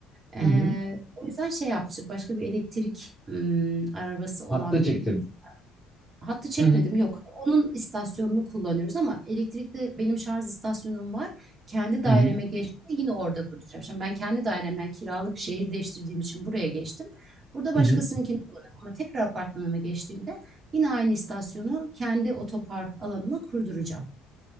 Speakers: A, on the right; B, in the centre.
A: Ee,
B: Hı hı.
A: o yüzden şey yapmıştık. Başka bir elektrik ım, arabası olan
B: Hatta çektirdim.
A: bir Hattı çekmedim
B: Hı hı.
A: yok. Onun istasyonunu kullanıyoruz ama elektrikte benim şarj istasyonum var. Kendi daireme
B: Hı hı.
A: geçtiğimde yine orada kuracağım. Şimdi ben kendi dairemden kiralık şehir değiştirdiğim için buraya geçtim. Burada başkasınınkini
B: Hı hı.
A: kullanıyorum ama tekrar apartmanıma geçtiğimde yine aynı istasyonu kendi otopark alanıma kurduracağım.